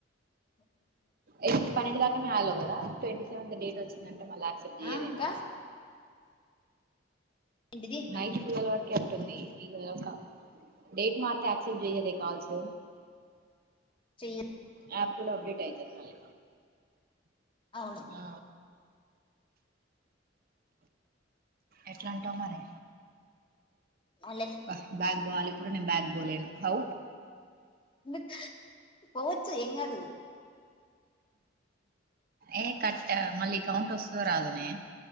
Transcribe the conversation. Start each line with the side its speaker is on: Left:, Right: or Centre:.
Right: ఎ పన్నెండు దాకానే హలో కదా ట్వంటీ సెవెంత్ డేట్ వచ్చిందంటే మళ్ళీ యాక్సెప్ట్ చేయదేము
Left: ఆ అక్క ఏంటిది
Right: నైట్ టువల్ వరకే అంటున్ది ఈ అక్క డేట్ మార్క్ యాక్సెప్ట్ చేయద కాల్స్
Left: చెయ్య
Right: యాప్ కూడా అప్డేట్ టయితది మళ్ళీ
Left: అవును
Right: ఆ ఎట్లాంటవ్ మరి
Left: అవునులే
Right: అబ్బ బ్యాగ్ బవాలి ఇప్పుడు నేను బ్యాగ్ బలేను హౌ
Left: ఎందుక్ పోవచ్చు ఎంగదు
Right: ఏ కట్ట మళ్ళీ కౌంట్ వస్తుంది రాదునే